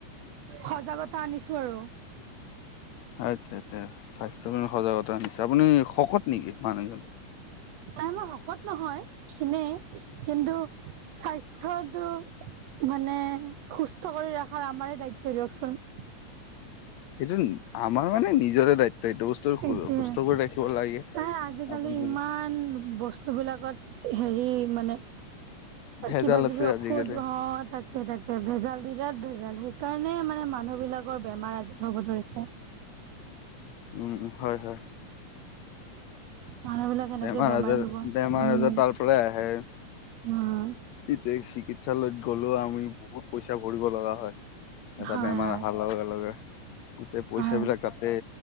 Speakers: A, on the right; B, on the left.
A: সজাগতা আনিছো আৰু
B: আচ্ছা আচ্ছা স্বাস্থ্যৰ সজাগতা নিছে আপুনি শকত নেকি মানুহজন
A: নাই মই শকত নহয় খনেে কিন্তু স্বাস্থ্যটো মানে সুস্থ কৰি ৰখাৰ আমাৰে দায়িত্ব দিয়কচোন। <inaudible>
B: সেইটো আমাৰ মানে নিজৰে দায়িত্ব। এইটো বস্তু
A: এটোয়ে
B: সুস্থ কৰি ৰাখিব লাগে
A: তাই আজিকালি
B: আপুনি
A: ইমান বস্তু বিলাকত হেৰি মানে
B: ভেজাল
A: কিবা
B: আছে
A: কিবি ঔষধ
B: আজিকালি
A: হ তাকে তাকে ভেজাল বিৰাত ভে জাল সেইকাৰণে মানে মানুহবলাকৰ বেমাৰ আজাৰ হ'ব ধৰিছে।
B: উম হয় হয়।
A: মানুহ বিলাক এনেকে
B: বেমাৰ
A: বেমাৰী
B: আজাৰ
A: হ'ব
B: বেমাৰ
A: উম
B: আজাৰ তাৰ পৰাই আহে।
A: উম
B: এতিয়া চিকিৎসালয়ত গ'লেও আমি বহুত পইচা ভৰিব লগা হয়। এটা
A: হয়
B: বেমাৰ
A: হয়
B: অহাৰ লগে লগে গোটেই পইচা
A: হয়
B: বিলাক কাটে।